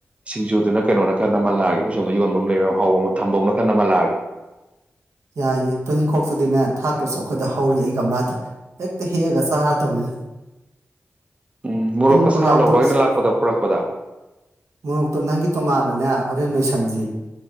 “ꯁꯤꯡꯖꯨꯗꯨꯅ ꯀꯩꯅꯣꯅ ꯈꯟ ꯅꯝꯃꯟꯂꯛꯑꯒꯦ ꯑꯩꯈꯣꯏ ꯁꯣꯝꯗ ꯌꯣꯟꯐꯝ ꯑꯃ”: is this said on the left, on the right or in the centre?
Right